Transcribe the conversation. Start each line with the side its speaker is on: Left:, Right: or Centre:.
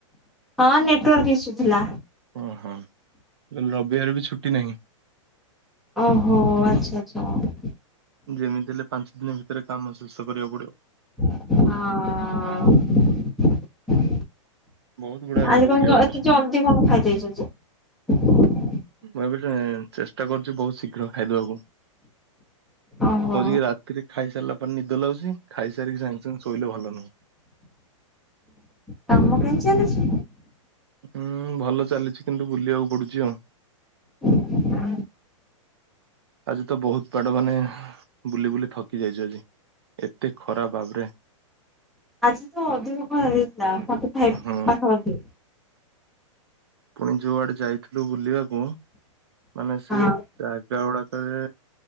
Centre: ହଁ ନେଟୱାର୍କ ଇସୁ ଥିଲା।
Right: ଓହୋ କହିଲି ରବିବାର ବି ଛୁଟି ନାହିଁ।
Centre: ଓହୋ ଆଚ୍ଛା ଆଚ୍ଛା ଓ
Right: ଯେମିତି ହେଲେ ପାଞ୍ଚ ଦିନ ଭି ଫେରେ କାମ ଶେଷ କରିବାକୁ ପଡିବ।
Centre: ହଁ
Right: ବହୁତ ଗୁଡାଏ ବାଟ
Centre: ଆଜି
Right: ବୁଲିବାକୁ
Centre: କଣ ଜ
Right: ପଡୁଛି
Centre: ଏତେ ଜଲ୍ଦୀ କଣ ଖାଇ ଦେଇଚ ଯେ। <inaudible>
Right: ମୁଁ ଏବେ ଚେଷ୍ଟା କରୁଛି ବହୁତ ଶୀଘ୍ର ଖାଇଦବାକୁ।
Centre: ଓହୋ
Right: ବସିକି ରାତିରେ ଖାଇ ସାରିଲା ନିଦ ଲାଗୁଛି। ଖାଇସାରିକି ସାଙ୍ଗ ସାଙ୍ଗ ଶୋଇଲେ ଭଲ ନୁହଁ। <inaudible>
Centre: କାମ କେମିତି ଚାଲିଛି?
Right: ହୁଁ ଭଲ ଚାଲିଛି କିନ୍ତୁ ବୁଲିବାକୁ ପଡୁଛି ଆଉ।
Centre: <inaudible>
Right: ଆଜି ତ ବହୁତ ବାଡ ମାନେ ବୁଲି ବୁଲି ଥକି ଯାଇଛି ଏତେ ଖରାପ ବାବରେ
Centre: ଆଜି ତ ଅଧିକ କର୍ ହେଇଥିଲା ଫଟି ଫାଇପ
Right: ହୁଁ
Centre: ପାଖା ପାଖି।
Right: ପୁଣି ଯୋଉଆଡେ ଯାଇ ଥିଲୁ ବୁଲିବାକୁ ମାନେ
Centre: ହଁ।
Right: ସେଇ ଜାଗା ଗୁଡାକରେ